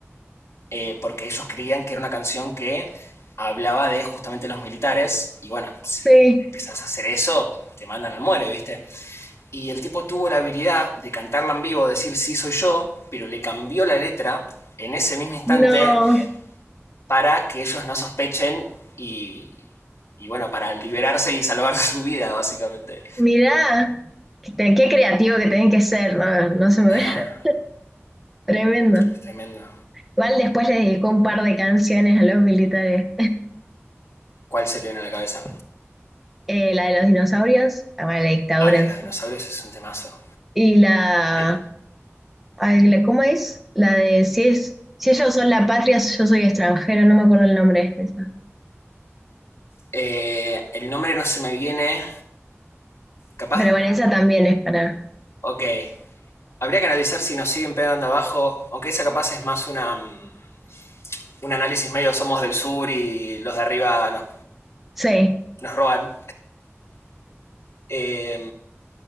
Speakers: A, on the left (about 65°); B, in the centre.
A: eh, porque ellos creían que era una canción que hablaba de justamente los militares y bueno, si
B: Sí,
A: empezás a hacer eso te mandan al muere, ¿viste? Y el tipo tuvo la habilidad de cantarla en vivo, decir sí soy yo, pero le cambió la letra en ese mismo instante
B: no.
A: para que ellos no sospechen y, y bueno, para liberarse y salvar <laughs> su vida, básicamente.
B: Mirá, qué, te- qué creativo que tenés que ser, no, no se me
A: Nah,
B: ve. <laughs> Tremendo.
A: es tremendo.
B: Igual después les dedicó un par de canciones a los militares.
A: ¿Cuál se le viene a la cabeza?
B: Eh, la de los dinosaurios, ah, bueno, la dictadura
A: Ah, la
B: en
A: de los
B: sí.
A: dinosaurios es un temazo.
B: Y la
A: De-
B: ay, la- ¿cómo es? La de si es, si ellos son la patria, yo soy extranjero, no me acuerdo el nombre de esa.
A: eh, el nombre no se me viene. ¿Capaz?
B: Pero bueno, esa también es para.
A: Ok. Habría que analizar si nos siguen pegando abajo, aunque esa capaz es más una, mm, un análisis medio somos del sur y los de arriba nos,
B: Sí.
A: nos roban. Eh,